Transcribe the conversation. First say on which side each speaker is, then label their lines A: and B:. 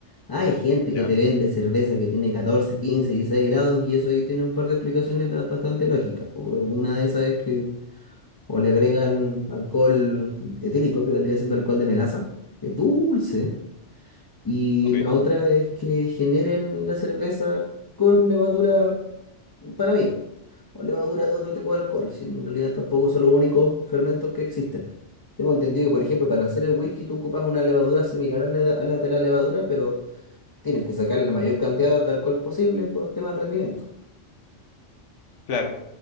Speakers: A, on the left (about 20°); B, on the left (about 80°).
A: Hay gente
B: ya,
A: que te vende cerveza que tiene 14, 15, 16 grados y eso ahí tiene un par de explicaciones ba- bastante lógicas. po. Una de esas es que o le agregan alcohol etílico, que vendría siendo alcohol de melaza, que es dulce y
B: ok.
A: la otra es que generen la cerveza con levadura para vino o levadura de otro tipo de alcohol, si en realidad tampoco son los únicos fermentos que existen. Tengo entendido que, por ejemplo, para hacer el whisky tú ocupas una levadura similar a la, a la de la levadura, pero tienes que sacarle la mayor cantidad de alcohol posible por el tema del rendimiento.
B: Claro,